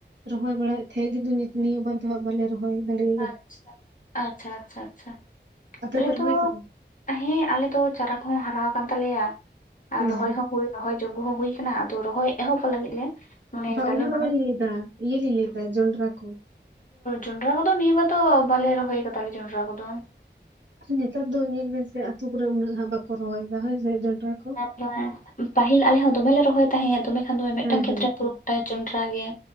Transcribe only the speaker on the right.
ᱨᱚᱦᱚᱭ ᱵᱟᱲᱟᱭᱮᱫ ᱛᱟᱦᱮᱸ <unintelligible> ᱱᱤᱭᱟᱹᱵᱟᱨ ᱫᱚ ᱵᱟᱞᱮ ᱨᱚᱦᱚᱭ <unintelligible>
ᱟᱯᱮ
ᱯᱮ
ᱨᱚᱦᱚᱭ ᱠᱮᱫᱟ
ᱦᱩᱸ
ᱦᱩᱸ
ᱦᱚᱸ
ᱚᱱᱟ ᱫᱚ
ᱵᱟᱞᱤᱧ ᱞᱟᱹᱭᱫᱟ ᱤᱭᱟᱹ ᱞᱤᱧ ᱞᱟᱹᱭᱫᱟ ᱡᱚᱱᱰᱨᱟ ᱠᱚ
ᱱᱮᱛᱟᱨ ᱫᱚ ᱧᱮᱞ ᱵᱮᱱ ᱥᱮ ᱟᱹᱛᱩ ᱠᱚᱨᱮ ᱩᱱᱟᱹᱜ ᱦᱟᱸᱜ ᱵᱟᱠᱚ ᱨᱚᱦᱚᱭ ᱫᱟ ᱦᱳᱭ ᱥᱮ ᱠᱚ
ᱦᱮᱸ
ᱦᱮᱸ
ᱦᱮᱸ